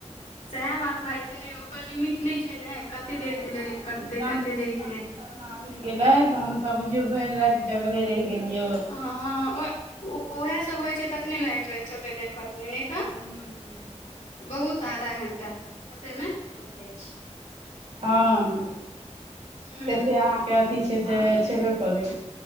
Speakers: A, on the left; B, on the right.
A: सएह बात भए जाइ छै ने ओकर लिमिट नय छै ने कते
B: नहि
A: देरके
B: नहि
A: लेल कटतै
B: टांस
A: कते देरके लेल न
B: <unintelligible> उड़ि गेले त हमसब बुझियो भर राति जगले रहि गेलियो
A: ह ह उहा सब होय छै तखने लाट रहे छै ओते देर कटने नय त
B: हूँ हूँ
A: बहुत आधा घंटा ओते मे आबि जाइ छै
B: हँ ततेक
A: ह
B: अहाँके अथी छै से छेबे करै